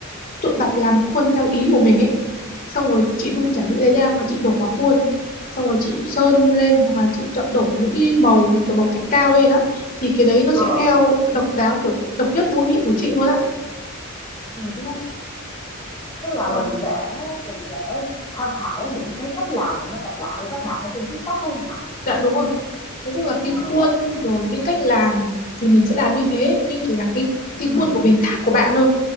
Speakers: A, on the left; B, on the left.
A: tự đặt làm khuôn theo ý của mình ấy xong rồi chị đun chả những cái ra mà chị đổ vào khuôn xong rồi chị sơn lên hoặc là chị chọn đổ những cái màu như kiểu màu thạch cao lên á thì cái đấy nó
B: ờ
A: sẽ theo độc đáo kiểu độc nhất vô nhị của chị luôn á
B: ừ,
A: Đúng không?
B: tức là
A: Ờ,
B: mình sẽ mình sẽ tham khảo những cái cách làm mà nó độc lạ của các bạn ở trên TikTok đúng không Thảo?
A: dạ đúng rồi nói chung là cái
B: Ờ.
A: khuôn rồi cái cách làm thì mình sẽ làm như thế nhưng chỉ là cái cái
B: ừ,
A: khuôn của mình khác của bạn thôi